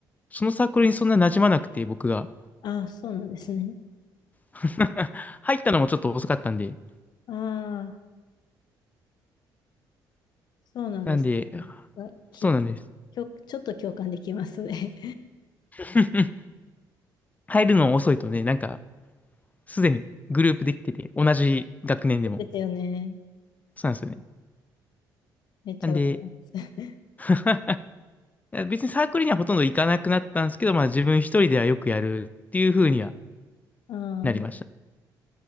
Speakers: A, on the left; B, on the left.
A: そのサークルにそんな馴染まなくて、僕が。
B: ああ、そうなんですね。
A: <laughs> 入ったのもちょっと遅かったんで。
B: ああ、そうなんです
A: なんで、
B: ね。あ、き、
A: そうなんです。
B: きょ、ちょっと共感できますね。
A: <laughs> 入るの遅いとね、なんか、すでにグループできてて、同じ学年でも。
B: <laughs> ですよね。
A: そうなんですよね。
B: めっちゃわかります。
A: なんで、
B: <laughs>
A: <laughs> 別にサークルにはほとんど行かなくなったんですけど、まあ自分一人ではよくやるっていう風には
B: ああ。
A: なりました。